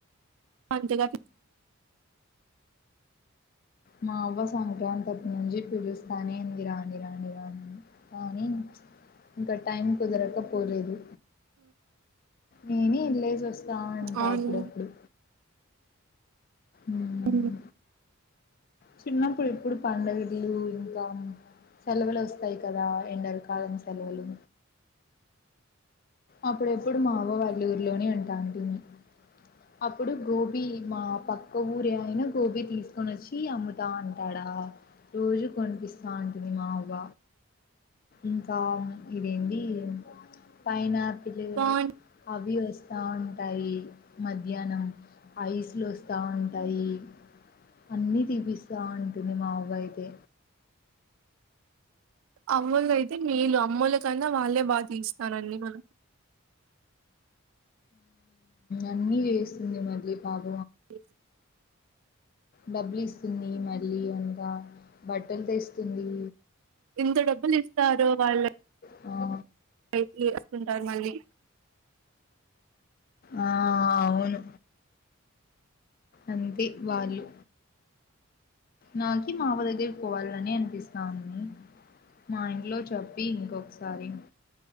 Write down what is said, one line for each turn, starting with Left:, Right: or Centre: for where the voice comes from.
Right: అంతగా
Left: మా అవ్వ సంక్రాంతి నుంచి పిలుస్తానే ఉంది రాంణి రాణి రాండిని కానీ ఇంకా టైం కుదరక పోలేదు నేనే ఎల్లేసి వస్తా ఉంటా
Right: అవును
Left: అప్పుడప్పుడు మ్మ్.
Right: అ
Left: చిన్నప్పుడు ఇప్పుడు పడుగలు ఇంకా సెలవులు వస్తాయి కదా ఎండ కాలం సెలవులు అప్పుడెప్పుడు మా అవ్వ ఊర్లోనే ఉంటాంటిని అప్పుడు గోబీ మా పక్క ఊరే అయినా గోబీ తీసుకొని వచ్చి టి అమ్ముతా అంటాడా రోజు కొనిపిస్తా అంటుంది మా అవ్వ ఇంకా ఇదేంది పైన పిలో
Right: బాగు
Left: అవి వస్తా ఉంటాయి మద్ మధ్యాహ్నం ఐస్ లో వస్తా ఉంటాయి అన్ని తీపిస్త తా అంటది మా అవ్వ అయితే
Right: అవ్వలు అయితే మేలు అమ్మల కన్నా వాళ్ళే బాగా తీస్తారండి మనం
Left: అన్ని ఏస్తుంది మళ్ళీ పాప
Right: ఇ
Left: డబ్బులు ఇస్తుంది మళ్ళీ అంకా బట్టలు తెస్తుంది
Right: ఇంత డబ్బులు ఇస్తారు వాళ్ళ్
Left: ఆ
Right: టైకి వస్తుంటారు మళ్ళీ
Left: ఆ అవును అంతే వాళ్ళు నాకి మావ దగ్గరికి పోవాలని అనిపిస్తాంది మా ఇంట్లో చెప్పి ఇంకొకసారి